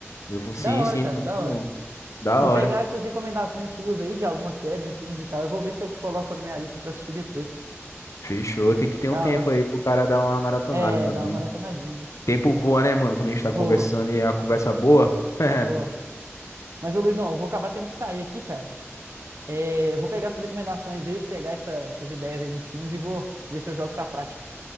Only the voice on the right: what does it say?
Da hora,
cara,
da hora.
Vou
pegar essas recomendações suas aí de algumas séries e filmes e tal. Eu vou ver se eu coloco na minha lista pra assistir depois.
Da
hora.
É,
dá uma maratonadinha, né?
Boa,
boa. Mas, ô Luizão, eu vou acabar tendo que sair aqui, cara. É, eu vou pegar suas recomendações aí, vou pegar essa- essas ideias aí dos filmes e vou ver se eu jogo pra prática.